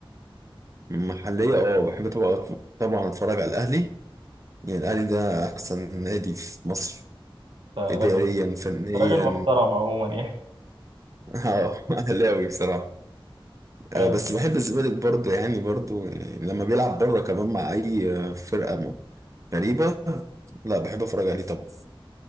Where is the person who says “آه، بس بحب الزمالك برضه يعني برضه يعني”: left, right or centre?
Right